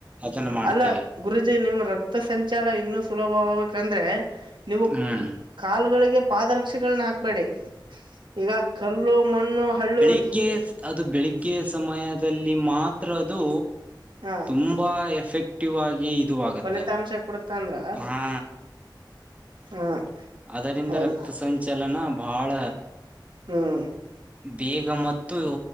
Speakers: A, on the right; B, on the right.
A: ಅದನ್ನ ಮಾಡ್ತೀವಿ
B: ಅಲ್ಲ ಗುರುಜಿ ನಿಮ್ ರಕ್ತ ಸಂಚಾರ ಇನ್ನು ಸುಲಭವಬೇಕಂದ್ರೆ ನೀವು
A: ಹ್ಮ್
B: ಕಾಲ್ಗಳಿಗೆ ಪಾದರಕ್ಷೆಗಳನ್ನ ಹಾಕ್ಬೇಡಿ ಈಗ ಕಲ್ಲು ಮಣ್ಣು ಹಳ್ಳು ಇರ್
A: ಬೆಳಗ್ಗೆ ಅದು ಬೆಳಿಗ್ಗೆ ಸಮಯದಲ್ಲಿ ಮಾತ್ರ ಅದು
B: ಹ
A: ತುಂಬಾ ಎಫೆಕ್ಟಿವ್ ಆಗಿ ಗತ್ತ
B: ಫಲಿತಾಂಶ ಕೊಡುತ್ತ ಅಂದ್ರ
A: ಹಾ
B: ಹಾ
A: ಅದರಿಂದ
B: ಹೌದು
A: ರಕ್ತ ಸಂಚಲನ ಬಹಳ
B: ಹ್ಮ್
A: ಬೇಗ ಮತ್ತು